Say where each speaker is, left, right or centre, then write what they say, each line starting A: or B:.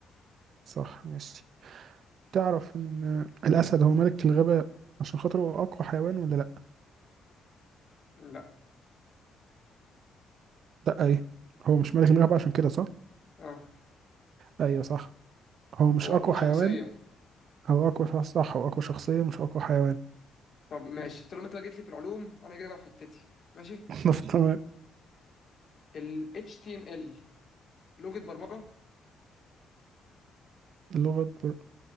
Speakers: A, on the right; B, on the left.
A: صح ماشي تعرف إن الأسد هو ملك الغابة عشان خاطر هو أقوى حيوان ولا لأ؟
B: لا
A: لأ إيه هو مش ملك الغابة عشان كده صح؟
B: اه
A: أيوه صح هو مش
B: هو
A: أقوى
B: اقوى
A: حيوان
B: شخصية
A: هو أقوى شخص صح هو أقوى شخصية مش أقوى حيوان
B: طب ماشي طالما انت بقى جيت لي في العلوم انا جاي بقى في حتتي ماشي
A: <laughs> بس تمام
B: ال HTML لغة برمجة
A: لغة بر...